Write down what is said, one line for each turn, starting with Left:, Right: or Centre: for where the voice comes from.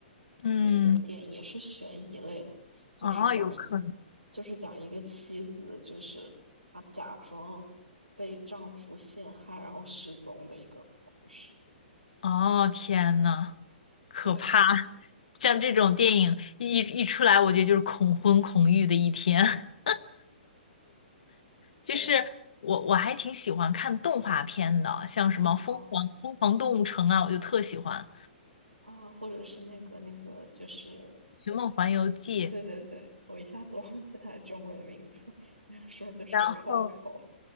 Left: 嗯，
Right: 的一个电影，也是悬疑类的，就是讲一
Left: 哦，有可能。
Right: 就是讲一个妻子，就是她假装被丈夫陷害，然后失踪的一个故事。
Left: 哦，天呐，可怕！
Right: 对
Left: <laughs> 像这种电影一一出来，我觉得就是恐婚恐育的一天。<laughs> 就是我我还挺喜欢看动画片的，
Right: 对
Left: 像什么《疯狂疯狂动物城》啊，
Right: 啊啊
Left: 我就特喜欢
Right: 啊，或者是那个那个，就是
Left: 《寻梦环游记》，
Right: 对对对，我一下子忘记它的中文名字，那个时候就是
Left: 然后。
Right: Coco。